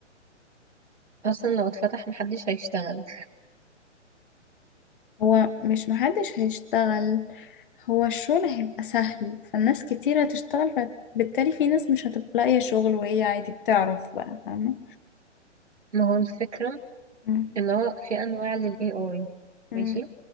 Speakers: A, on the right; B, on the left.
A: أصلا لو اتفتح محدش هيشتغل
B: هو مش محدش هيشتغل هو الشغل هيبقى سهل فالناس كتير هتشتغل فبالتالي في ناس مش هتبقى لاقية شغل وهي عادي بتعرف بقى فاهمة
A: ما هو الفكرة
B: مم.
A: إن هو في أنواع لل AI
B: مم.
A: ماشي